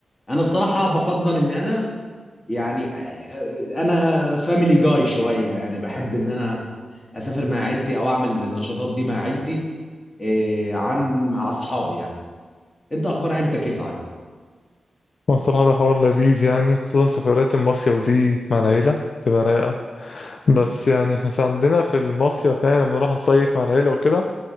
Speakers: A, on the left; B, on the left.
A: انا بصراحه بفضل ان انا يعني انا فاميلي جاي شويه يعني بحب ان انا اسافر مع عيلتي او اعمل النشاطات دي مع عيلتي إيه، عن مع اصحابي يعني انت اخبار عيلتك ايه صحيح
B: هو الصراحه ده حوار لذيذ يعني خصوصا سفرات المصيف دي مع العيله تبقى رايقه بس يعني احنا في عندنا في المصيف يعني لما نروح نصيف مع العيله وكده